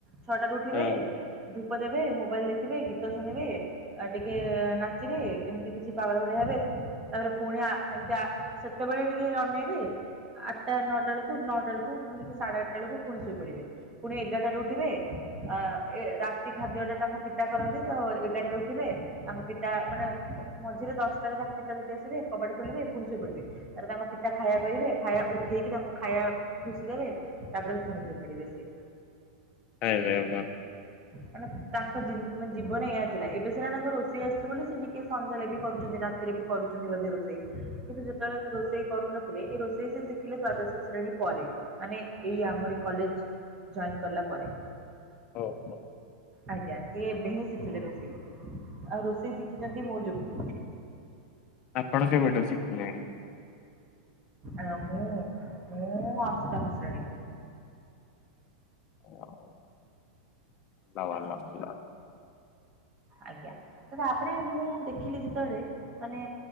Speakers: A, on the right; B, on the left.
A: ଛଅଟାରେ ଉଠିବେ।
B: ହଁ
A: ଧୂପ ଦେବେ ମୋବାଇଲ ଦେଖିବେ ଗୀତ ଶୁଣିବେ। ଟିକେ ନାଚିବେ। ଏମିତି କିଛି ପାଗଳ ଭଳିଆ ହେବେ। ତାପରେ ପୁଣି ଆ ଏମିତି ଆ ସେତେବେଳେ ଟିକେ ଅନେଇବେ। ଆଠଟା ନଅଟା ବେଳକୁ ନଅଟା ବେଳକୁ ମାନେ କି ସାଢେ ଆଠଟା ବେଳକୁ ପୁଣି ଶୋଇପଡିବେ। ପୁଣି ଏଗାରଟାରେ ଉଠିବେ। ଆ ଏ ରାତି ଖାଦ୍ୟଟା ତାଙ୍କ ପିତା କରନ୍ତି। ତ ଏଗାରଟାରେ ଉଠିବେ। ତାଙ୍କ ପିତା ମାନେ ମଝିରେ ଦଶଟାରେ ତାଙ୍କ ପିତା ଯଦି ଆସିବେ କବାଟ ଖୋଲିବେ। ପୁଣି ଶୋଇପଡିବେ। ତାର ତାଙ୍କ ପିତା ଖାଇବା କହିବେ। ଖାଇବା ଉଠେଇକି ତାଙ୍କୁ ଖାଇବା ଖୁସି ଦେବେ। ତାପରେ ପୁଣି ଶୋଇ ପଡିବେ ସିଏ।
B: ଆବେ ଆ ବା।
A: ମାନେ ତାଙ୍କ ଜି ମାନେ ଜୀବନ ଏଇଆ ଥିଲା। ଏବେ ସିନା ତାଙ୍କୁ ରୋଷେଇ ଆସିଛି ବୋଲି ସିଏ ଟିକେ ସନ୍ଧ୍ୟାବେଳେ କରୁଛନ୍ତି। କା ରେ ବି ଏବେ କରୁଛନ୍ତି ବୋଧେ ରୋଷେଇ। କିନ୍ତୁ ଯେତେବେଳେ ରୋଷେଇ କରୁନଥିଲେ ଏ ରୋଷେଇ ସେ ଶିଖିଲେ ଦ୍ଵାଦଶ ଶ୍ରେଣୀ ପରେ। ମାନେ ଏଇ ଆମରି କଲେଜ ଜଏନ୍ କଲା ପରେ।
B: ହଉ ହଉ।
A: ଆଜ୍ଞା ସିଏ ଏବେ ହିଁ ଶିଖିଲେ ଋଷେଇ। ଆଉ ରୋଷେଇ ଶିଖିଛନ୍ତି ମୋ ଜୋଗୁ।
B: ଆପଣ କେବେଠୁ ଶିଖିଲେଣି।
A: ଆ ମୁଁ ମୁଁ ଅଷ୍ଟମ ଶ୍ରେଣୀରୁ।
B: <unintelligible> ଭଲ ଲ ଲ
A: ଆଜ୍ଞା ସେ ଯୋଉ ଆପରେ ମୁଁ ଦେଖିଲି ଯେତେବେଳେ। ମାନେ